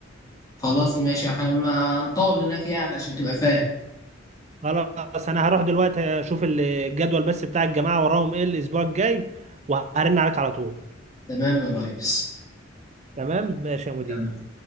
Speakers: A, on the left (about 20°); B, on the right (about 35°).
A: خلاص ماشي احنا ما هنطول هناك يعني عشان تبقى فاهم
B: خلاص انا هروح دلوقتي اشوف الجدول بس بتاع الجماعه وراهم ايه الاسبوع الجاي وهرن عليك على طول
A: تمام يا ريس
B: تمام ماشي يا مدير
A: تمام